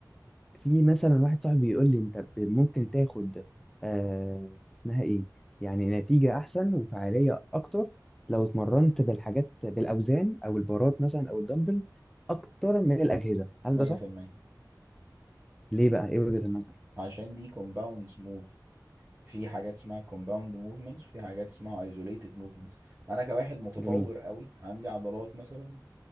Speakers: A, in the centre; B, on the right (about 25°).
A: في مثلا واحد صاحبي بيقول لي انت ب- ممكن تاخد آه اسمها ايه يعني نتيجة احسن وفعالية اكتر لو اتمرنت بالحاجات بالاوزان او البارات مثلا او الدمبل اكتر من الاجهزة هل
B: 100%
A: ده صح ليه بقى ايه وجهة النظر
B: عشان دي كومباوند موف في حاجات اسمها كومباوند موفمنتس وفي حاجات اسمها ايزوليتد موفمنتس انا كواحد متطور
A: جميل
B: قوي عندي عضلات مثلا